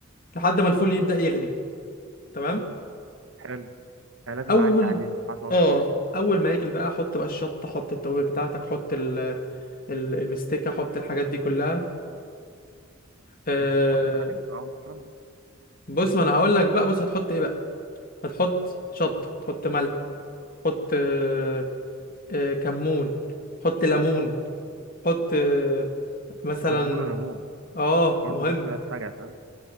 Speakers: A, on the left; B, on the right.
A: لحد ما الفول يبدا يغلي تمام
B: حلو يعني لازم
A: اول
B: اعلي عليه ما ينفعش احط
A: اه
B: عليه
A: اول ما يغلي بقى حط بقى الشطه حط التوابل بتاعتك حط ال... ال- المستكه حط الحاجات دي كلها أه...
B: ما ينفعش احط تراب معاهم مثلا
A: بص ما انا هقول لك بقى بص هتحط ايه بقى هتحط شطه تحط ملح تحط أه... أه... كمون حط ليمون حط أه... مثلا
B: كمون وليمون
A: اه
B: برضه
A: مهم
B: دي فيها سجع فاهم